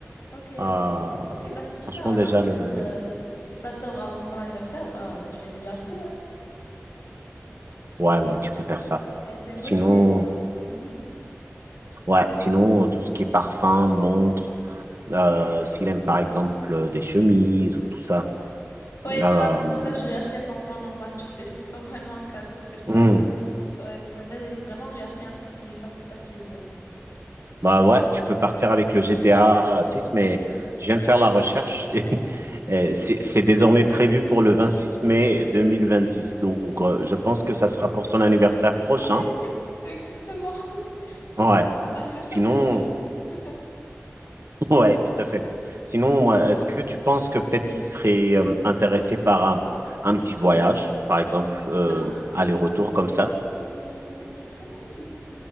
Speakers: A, on the left (about 80°); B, on the right (about 60°).
A: Ok,
B: Euh,
A: ok. Ok, bah c'est super.
B: franchement,
A: Alors
B: déjà,
A: si,
B: le,
A: euh,
B: le-
A: si ça sort avant son anniversaire, bah je vais lui acheter. hein.
B: Ouais, ouais, tu peux faire ça.
A: Ouais, c'est une
B: Sinon,
A: bonne idée ça. Mhm.
B: ouais, sinon, tout ce qui est parfum, montre, euh, s'il aime par exemple euh, des chemises ou tout ça.
A: Ouais,
B: Euh,
A: ça, ça je lui achète en temps normal, tu sais, c'est pas vraiment un cadeau spécial.
B: hmm,
A: Ouais, j'aimerais vraiment lui acheter un truc qui lui fasse super plaisir.
B: Bah ouais, tu peux partir avec le GTA six, mais je viens de faire la recherche <laughs> et,
A: Ah,
B: et c'est c'est désormais prévu pour le vingt six mai deux mille vingt six, Donc, euh, je pense que ça sera pour son anniversaire prochain.
A: Ouais, exactement. <laughs> Je pense
B: Ouais.
A: que ça sera pour l'anniversaire
B: Sinon,
A: 2026.
B: <laughs> ouais, tout à fait. Sinon, moi, est-ce que tu penses que peut-être qu'il serait euh, intéressé par un, un petit voyage, par exemple, euh,
A: Ah,
B: aller-retour
A: oui, c'est
B: comme
A: une
B: ça?
A: très bonne idée. Ouais, c'est une très bonne idée.